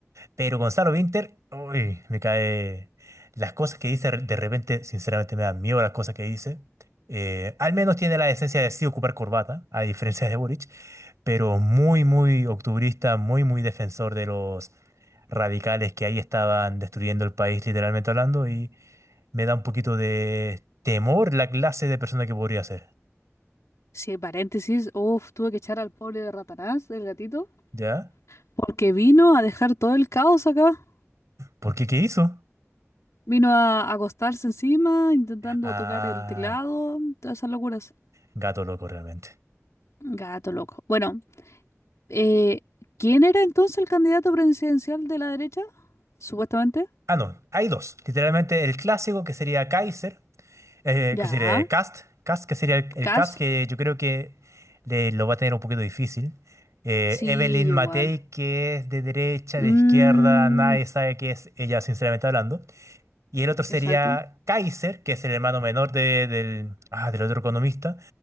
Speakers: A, on the right; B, on the left.
A: Pero Gonzalo Vinter, uy, me cae. Las cosas que dice de repente, sinceramente me da miedo las cosas que dice. Eh, al menos tiene la esencia de sí ocupar corbata, a diferencia de Boric, pero muy, muy octubrista, muy, muy defensor de los radicales que ahí estaban destruyendo el país, literalmente hablando, y me da un poquito de temor la clase de persona que podría ser,
B: Sí, paréntesis, uff, tuve que echar al pobre de Ratanás, el gatito,
A: ¿ya?
B: porque vino a dejar todo el caos acá.
A: ¿Por qué? ¿Qué hizo?
B: Vino a acostarse encima, intentando
A: Ah,
B: tocar el teclado, todas esas locuras.
A: gato loco realmente.
B: Gato loco. Bueno, eh, ¿quién era entonces el candidato presidencial de la derecha? Supuestamente.
A: Ah, no, hay dos. Literalmente el clásico que sería Kaiser Eh,
B: Ya,
A: ¿qué sería? Eh, Cast, Cast, que sería el, el
B: Cas.
A: Cast que yo creo que le- lo va a tener un poquito difícil. Eh,
B: Sí,
A: Evelyn
B: yo
A: Matei,
B: igual.
A: que es de derecha,
B: Mm,
A: de izquierda, nadie sabe qué es ella, sinceramente hablando. Y el otro sería
B: exacto.
A: Kaiser, que es el hermano menor de- del, ah, del otro economista.